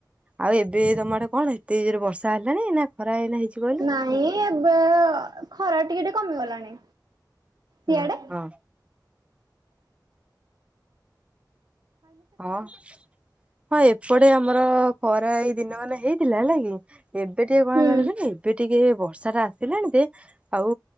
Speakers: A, on the right; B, on the right.
A: ଆଉ ଏବେ ତମଡେ କଣ ଏତେ ଜୋରେ ବର୍ଷା ହେଲାଣି ନା ଖରା ହେଇ ହେଇଛି କହିଲୁ?
B: ନାଇଁ ଏବେ ଖରା ଟିକେ ଟିକେ କମିଗଲାଣି।
A: ହଁ
B: ସେଆଡେ?
A: ହଁ ହଁ ଏପଟେ ଆମର ଖରା ଏଇ ଦିନ ମାନେ ହେଇଥିଲା ହେଲା କି ଏବେ ଟିକେ କଣ
B: ହୁଁ
A: ହେଲାଣି ଏବେ ଟିକେ ବର୍ଷା ଟା ଆସିଲାଣି ଯେ ଆଉ